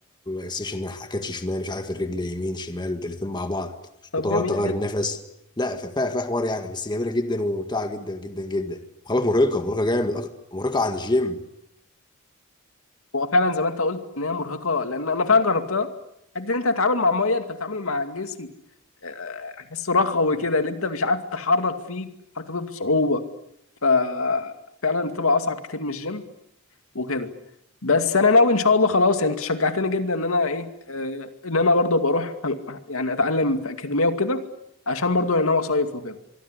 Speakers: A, on the left; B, on the left.
A: سيشن جناح كاتش شمال مش عارف الرجل يمين شمال الاثنين مع بعض
B: طب
A: وتغير
B: جميل
A: تغير
B: جدا
A: النفس لا ففيها حوار يعني بس جميله جدا وممتعه جدا جدا جدا خلاص مرهقه مرهقه جامد أك- مرهقه عن الجيم
B: هو فعلا زي ما انت قلت ان هي مرهقه لان انا فعلا جربتها قد إن انت تتعامل مع ميه انت بتتعامل مع جسم آه، احسه رخوي كده اللي انت مش عارف تحرك فيه تحرك فيه بصعوبه ففعلا بتبقى اصعب كتير من الجيم وكده بس انا ناوي ان شاء الله خلاص يعني انت شجعتني جدا ان انا ايه آه، ان انا برضه بروح يعني اتعلم في اكاديميه وكده عشان برضه انا ناوي اصيف وكده